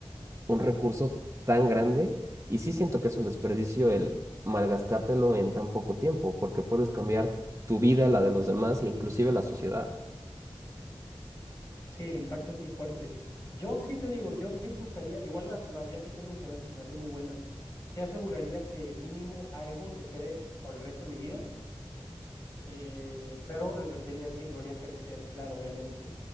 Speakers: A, on the right; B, on the left.
A: un recurso tan grande y sí siento que es un desperdicio el malgastártelo en tan poco tiempo, porque puedes cambiar tu vida, la de los demás e inclusive la sociedad.
B: Sí, el impacto es muy fuerte. Yo sí te digo, yo sí buscaría, igual la, la vía que tú mencionaste se me hace muy buena. Sí aseguraría que mínimo algo se quede por el resto de mi vida, eh, pero lo invertiría así, lo haría crecer, claro, obviamente.